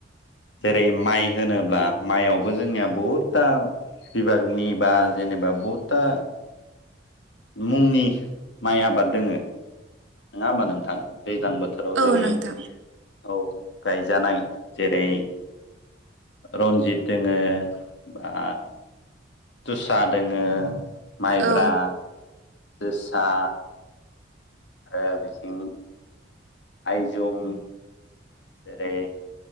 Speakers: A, on the left; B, on the right.
A: जेरै माइ होनोब्ला माइयावबो जोंनिया बहुदथा बिभागनि बा जेनेबा बहुदथा मुंनि माइ आबाद दोङो नङा होमबा नोंथां दैज्लां बोथोराव
B: औ
A: जेरै
B: नोंथां
A: औ गायजानाय जेरै रन्जित दोङो बा जोसा दोङो माइब्रा
B: औ
A: जोसा ओ बिथिं आइजुम जेरै